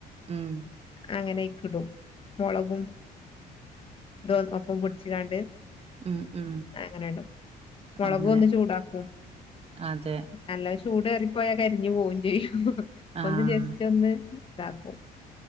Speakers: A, on the right (about 35°); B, on the left (about 30°).
A: ഉം
B: അങ്ങനയ്ക്കിടും മൊളകും ഇതും ഒപ്പം പൊട്ച്ച്ങ്ങാണ്ട്
A: ഉം ഉം
B: അങ്ങന്ടും മൊളകൊന്ന്
A: അങ്ങനെ
B: ചൂടാക്കും
A: അതെ
B: നല്ല ചൂടേറിപ്പോയാ കരിഞ്ഞ് പോവും ചെയ്യും
A: ആഹ്
B: ഒന്ന് ജസ്റ്റൊന്ന് ഇതാക്കും